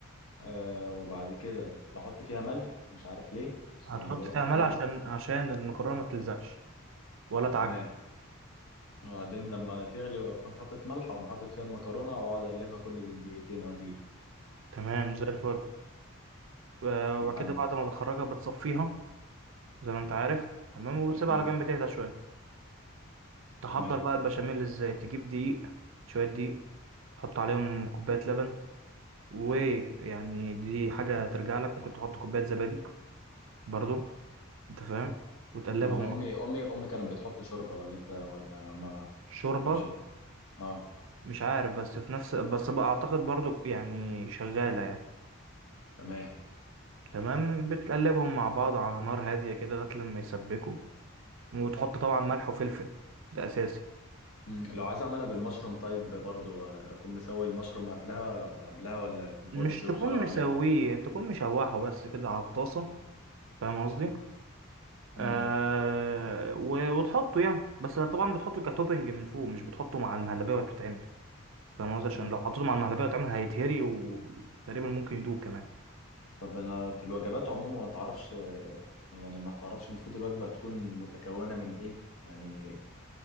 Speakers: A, on the left; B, on the right.
A: آه وبعد كده بحط فيها ملح مش عارف ليه بس
B: هتحط
A: هم بيقولوا
B: فيها
A: حط
B: ملح
A: ملح
B: عشان عشان المكرونة ما تلزقش ولا تعجن
A: تمام وبعدين لما تغلي واكون حاطط ملح واقوم حاطط فيها المكرونة واقعد اقلبها كل دقيقتين او دقيقة
B: تمام زي الفل أه
A: وبعد
B: وبعد كده بعد ما بتخرجها بتصفيها زي ما انت عارف تمام وبتسيبها
A: مم.
B: على جنب تهدى شوية تحضر
A: تمام
B: بقى البشاميل ازاي تجيب دقيق شوية دقيق تحط عليهم كوباية لبن ويعني دي حاجة ترجع لك ممكن تحط كوباية زبادي برضو انت فاهم وتقلبهم
A: آه، انا امي
B: مع
A: امي امي كانت بتحط شوربه ولا انت ولا ما
B: شوربة
A: ما مش هت... اه
B: مش عارف بس في نفس بس بقى اعتقد برضو يعني شغالة يعني
A: تمام
B: تمام بتقلبهم مع بعض على نار هادية كده لغاية لما يسبكوا وتحط طبعا ملح وفلفل ده اساسي
A: مم. لو عايز اعملها بالمشروم طيب برضو آه، اكون مسوي المشروم قبلها قبلها ولا هو
B: مش
A: بيستوي
B: تكون
A: بسرعه
B: مسويه
A: ولا ايه
B: تكون مشوحه بس كده على الطاسة فاهم قصدي
A: مم.
B: آه و... وتحطه يعني بس طبعا بتحطه كتوبنج من فوق مش بتحطه مع المهلبية وهي بتتعمل فاهم قصدي عشان
A: مم.
B: لو حطيته مع المهلبية واتعمل هيتهري وتقريبا ممكن يدوب كمان
A: طب انا في الوجبات عموما ما تعرفش آه، يعني ما تعرفش المفروض الوجبه تكون متكونه من ايه يعني